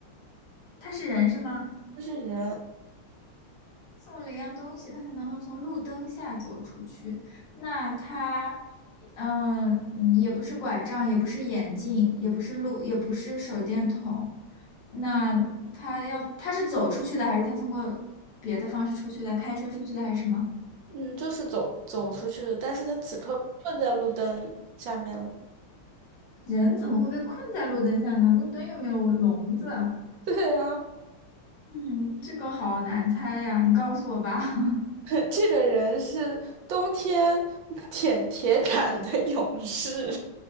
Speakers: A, on the left (about 80°); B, on the right (about 70°).
A: 他是人是吗？
B: 就是人，
A: 送了一样东西，他才能能从路灯下走出去。那他，嗯嗯，也不是拐杖，也不是眼镜，也不是路，也不是手电筒。那他要，他是走出去的，还是他通过别的方式出去的？开车出去的，还是什么？
B: 嗯，就是走走出去的，但是他此刻困在路灯下面了。
A: 人怎么会被困在路灯下呢？路灯又没有笼子。
B: 对啊，
A: 嗯，这个好难猜呀，你告诉我吧。<laughs>
B: <laughs> 这个人是冬天舔铁杆的勇士，